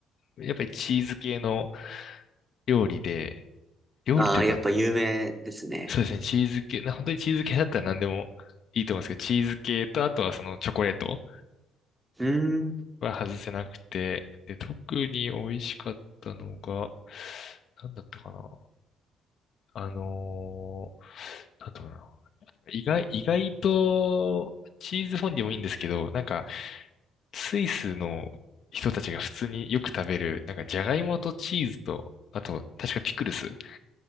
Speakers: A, on the left (about 60°); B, on the right (about 15°).
A: やっぱりチーズ系の料理で、料理というか、
B: ああ、やっぱ有名ですね。
A: そうですね、チーズ系、な本当にチーズ系だったら何でもいいと思うんですけど、チーズ系と、あとはそのチョコレート
B: うん。
A: は外せなくて、で、特に美味しかったのが、なんだったかな。あのー、なんだったかな。意外、意外と、チーズフォンデュもいいんですけど、なんか、スイスの人たちが普通によく食べる、なんかジャガイモとチーズと、あと、確かピクルス